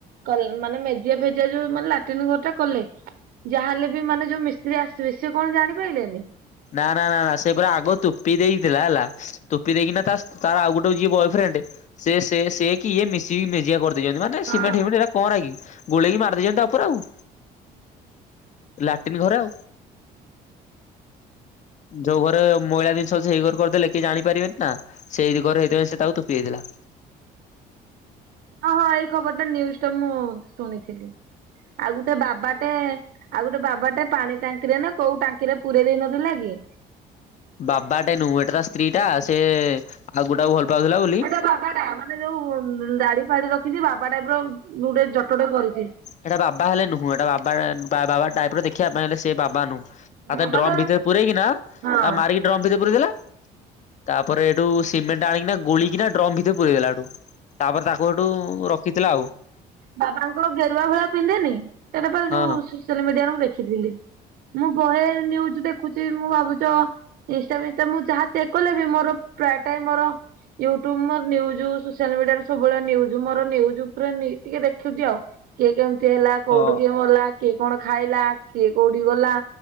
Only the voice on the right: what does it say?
କଲ୍ ମାନେ ମେଜିଆ ଫେଜିଆ ଯୋଉ ମାନେ ଲାଟିନ୍ ଘର ଟା କଲେ ଯାହା ହେଲେ ବି ମାନେ ଯୋଉ ମିସ୍ତ୍ରୀ ଆସିବେ ସିଏ କଣ ଜାଣିପାଇଲେନି।
ହଁ।
<unintelligible>
ହଁ ହଁ ଏଇ ଖବର ଟା ନିୟୁଜ୍ ଟା ମୁଁ ଶୁଣିଥିଲି। ଆଉ ଗୁଟେ ବାବାଟେ ଆଉ ଗୁଟେ ବାବାଟେ ପାଣି ଟାଙ୍କି ରେ ନା କୋଉ ଟାଙ୍କିରେ ପୁରେଇ ଦେଇ ନଥିଲା କି?
ସେଟା ବାବା ଟା ମାନେ ଯୋଉ ଦାଢ଼ି ଫାଡ଼ି ରଖିଛି, ବାବା ଟାଇପ୍ ର ଗୁଟେ ଜଟଟେ କରିଛି।
ହଁ
ମାନେ
ହଁ
ବାବାଙ୍କ ଗେରୁଆ ଭଳିଆ ପିନ୍ଧେନି, ସେଟା ପା
ଯୋଉ ସୋସିଆଲ ମିଡିଆରେ ମୁଁ ଦେଖିଥିଲି। ମୁଁ ବହେ ନିଉଜ ଦେଖୁଛି, ମୁଁ ଭାବୁଚ ଇନ୍ ଷ୍ଟା ଫିନ୍ ଷ୍ଟା ମୁଁ ଯାହା ସେ କଲେ ବି ମୋର ପ୍ରାୟଟା ମୋର ୟୁଟୁବ ମୋର ନିଉଜୁ ସୋସିଆଲ ମିଡିଆରେ ସବୁବେଳେ ନିଉଜ୍, ମୋର ନିଉଜ୍‌ ଉପରେ ନି ଟିକେ ଦେଖୁଛି ଆଉ। କିଏ କେମ୍ ତି ହେଲା
କୋଉଠୁ କିଏ ମଲା। କିଏ କଣ ଖାଇଲା କିଏ କୋଉଠି ଗଲା